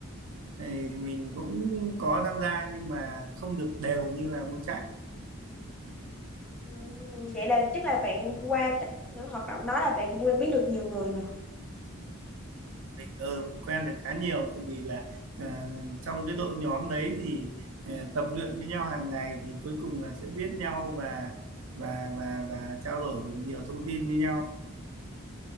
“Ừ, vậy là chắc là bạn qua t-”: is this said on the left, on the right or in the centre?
Centre